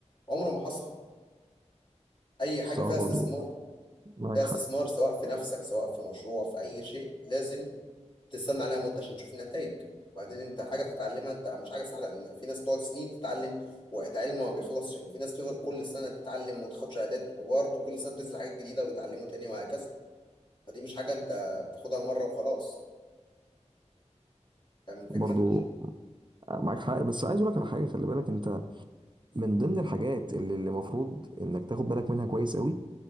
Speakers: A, on the left; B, on the right.
A: عمره ما حصل اي حاجه
B: الصراحه
A: فيها
B: برضو
A: استثمار
B: معاك
A: فيها استثمار
B: حق
A: سواء في نفسك سواء في مشروع في اي شيء لازم تستنى عليها مده عشان تشوف النتائج وبعدين انت حاجه بتتعلمها انت مش حاجه سهله ان في ناس بتقعد سنين تتعلم وقت علم ما بيخلصش يعني في ناس بتفضل كل سنه تتعلم وتاخد شهادات وبرضه كل سنه بتنزل حاجات جديده ويتعلموا تاني وهكذا فدي مش حاجه انت بتاخدها مره وخلاص فاهم الفكره؟
B: برضو معاك حق بس عايز اقول لك على حاجه خلي بالك انت من ضمن الحاجات اللي اللي المفروض انك تاخد بالك منها كويس قوي